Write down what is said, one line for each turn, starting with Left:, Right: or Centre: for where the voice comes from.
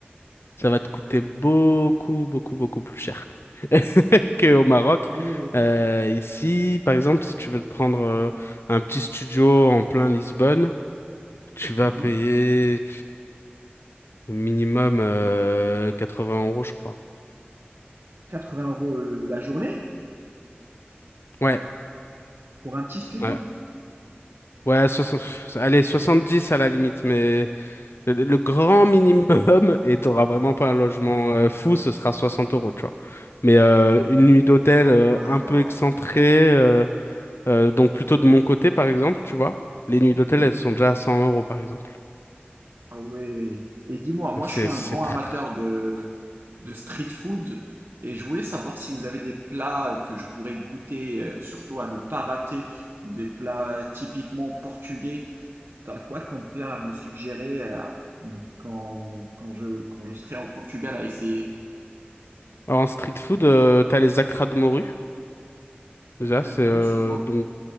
Left: Ça va te coûter beaucoup, beaucoup, beaucoup plus cher <laughs> qu'au Maroc.
Right: Ah ouais,
Left: Euh, ici, par exemple, si tu veux te prendre euh, un petit studio en plein Lisbonne, Tu vas
Right: hein,
Left: payer minimum euh, 80 euros, je crois.
Right: 80 euros la journée
Left: Ouais,
Right: pour un petit studio.
Left: ouais. Ouais, soixante- pff, allez, 70 à la limite, mais le, le grand minimum, et t'auras vraiment pas un logement euh, fou, ce sera 60 euros, tu vois. Mais euh, une nuit d'hôtel euh,
Right: D'accord.
Left: un peu excentrée, euh, euh, donc plutôt de mon côté, par exemple, tu vois. Les nuits
Right: Mhm.
Left: d'hôtel, elles sont déjà à 100 euros, par exemple.
Right: Ah ouais. Et dis-moi, moi
Left: Donc
Right: je
Left: c'est
Right: suis un
Left: c'est
Right: grand
Left: très
Right: amateur
Left: très.
Right: de, de street food et je voulais savoir si vous avez des plats que je pourrais goûter, euh, surtout à ne pas rater, des plats typiquement portugais. T'as quoi comme plat à me suggérer euh, quand, quand je, quand je serai en Portugal à essayer?
Left: Alors, en street food, euh, t'as les accras de morue.
Right: La
Left: Déjà,
Right: crade
Left: c'est
Right: morue,
Left: euh,
Right: c'est quoi?
Left: donc